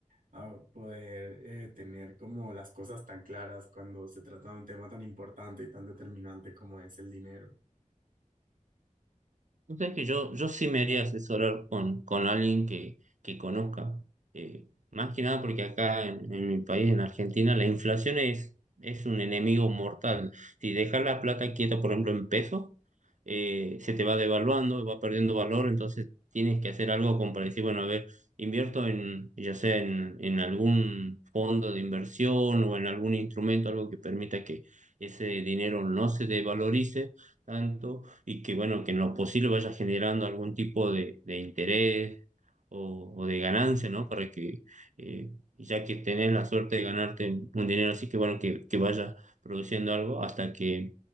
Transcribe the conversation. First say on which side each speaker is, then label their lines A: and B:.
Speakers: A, on the right; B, on the right.
A: a poder eh, tener como las cosas tan claras cuando se trata de un tema tan importante y tan determinante como es el dinero.
B: Vos sabés que yo, yo sí me haría asesorar con, con alguien que, que conozca. Eh, más que nada porque acá en, en mi país, en Argentina, la inflación es, es un enemigo mortal. Si dejas la plata quieta, por ejemplo, en pesos, eh, se te va devaluando, va perdiendo valor, entonces tienes que hacer algo como para decir, bueno, a ver, invierto en, ya sea en, en algún fondo de inversión o en algún instrumento, algo que permita que ese dinero no se devalorice tanto y que, bueno, que en lo posible vaya generando algún tipo de, de interés o, o de ganancia, ¿no? Para que, eh, ya que tenés la suerte de ganarte un dinero así, que, bueno, que, que vaya produciendo algo hasta que